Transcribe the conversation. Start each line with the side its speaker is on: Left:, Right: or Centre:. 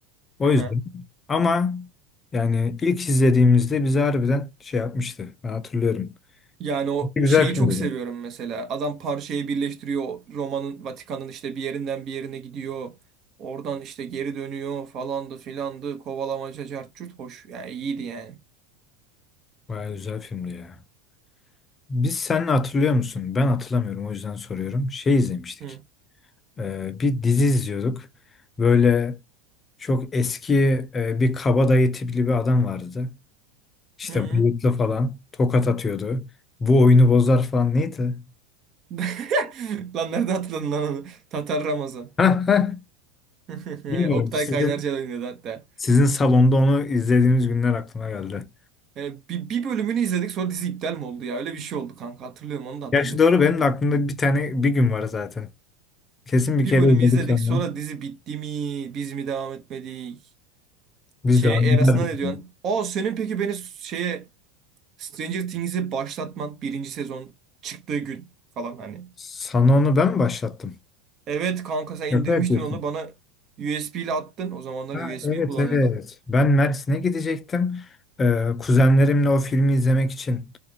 Left: O
Right: Hı hı.
Left: yüzden. Ama yani ilk izlediğimizde bizi harbiden şey yapmıştı. Ben hatırlıyorum.
Right: Yani o
Left: Güzel
Right: şeyi
Left: filmdi.
Right: çok seviyorum
Left: de.
Right: mesela. Adam parçayı birleştiriyor. Roma'nın, Vatikan'ın işte bir yerinden bir yerine gidiyor. Oradan işte geri dönüyor falandı filandı. Kovalamaca cart curt hoş. Yani iyiydi yani.
Left: Bayağı güzel filmdi ya. Biz seninle hatırlıyor musun? Ben hatırlamıyorum o yüzden soruyorum. Şey izlemiştik.
Right: Hı.
Left: Ee, bir dizi izliyorduk. Böyle çok eski e, bir kabadayı tipli bir adam vardı. İşte
Right: Hı.
Left: bıyıklı falan tokat atıyordu. Bu oyunu bozar falan neydi?
Right: <laughs> Lan nerede hatırladın lan onu? Tatar Ramazan.
Left: <laughs> Hah, hah.
Right: <laughs>
Left: Bilmiyorum.
Right: Oktay
Left: Sizin
Right: Kaynarca da oynuyordu hatta.
Left: sizin salonda onu izlediğimiz günler aklıma geldi.
Right: E, bir, bir bölümünü izledik sonra dizi iptal mi oldu ya? Öyle bir şey oldu kanka. Hatırlıyorum onu da hatırlıyorum.
Left: Gerçi doğru benim de aklımda bir tane bir gün var zaten. Kesin bir
Right: Bir
Left: kere
Right: bölümü
Left: izledik
Right: izledik
Left: sonra.
Right: sonra dizi bitti mi? Biz mi devam etmedik?
Left: Biz
Right: Şeye
Left: de anlardık.
Right: Eras'ına ne diyorsun?
Left: ya.
Right: O senin peki beni şeye Stranger Things'i başlatman birinci sezon çıktığı gün falan hani.
Left: Sana onu ben mi başlattım?
Right: Evet kanka sen
Left: Şaka
Right: indirmiştin
Left: yapıyorsun.
Right: onu bana USB ile attın. O zamanlar
Left: Ha,
Right: USB
Left: evet
Right: kullanıyorduk.
Left: evet. Ben Mersin'e gidecektim. Ee, kuzenlerimle o filmi izlemek için